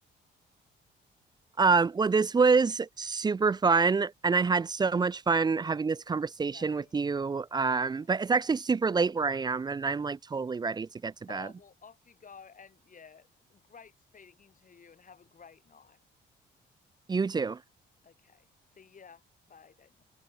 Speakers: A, on the right; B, on the left.
A: Um, well, this was super fun, and I had so much fun having this conversation
B: Same,
A: with you. Um,
B: same.
A: but it's actually super late where I am, and I'm like totally ready to get to
B: Oh,
A: bed.
B: well, off you go. And yeah, great speaking to you and have a great night.
A: You too.
B: Okay. See ya. Bye, Daniel.